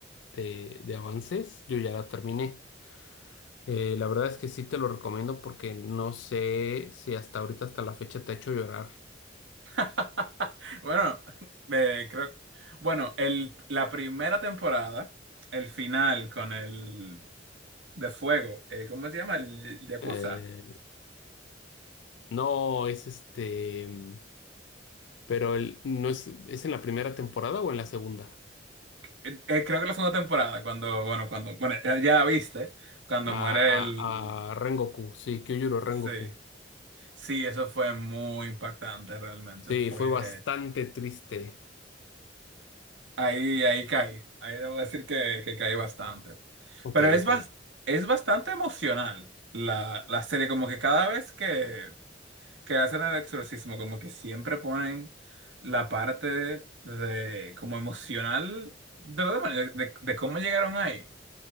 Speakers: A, on the left; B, on the right.
A: de, de avances, yo ya la terminé. Eh, la verdad es que sí te lo recomiendo porque no sé si hasta ahorita, hasta la fecha, te ha hecho llorar.
B: <laughs> Bueno, eh, creo, bueno, el, la primera temporada, el final con el de fuego, eh, ¿cómo se llama? El Yakuza.
A: Eh, no, es este, mm, pero el, no es, ¿es en la primera temporada o en la segunda?
B: Eh, eh, creo que la segunda temporada, cuando, bueno, cuando, bueno, ya ya la viste, cuando
A: A,
B: muere el,
A: a, a Rengoku, sí, Kyujuro Rengoku.
B: sí, sí, eso fue muy impactante realmente,
A: Sí,
B: fue,
A: fue bastante triste.
B: ahí, ahí caí, ahí debo decir que, que caí bastante.
A: Ok,
B: Pero es,
A: ok.
B: bas- es bastante emocional la, la serie, como que cada vez que que hacen el exorcismo, como que siempre ponen la parte de, como emocional de los demonios, de, de cómo llegaron ahí.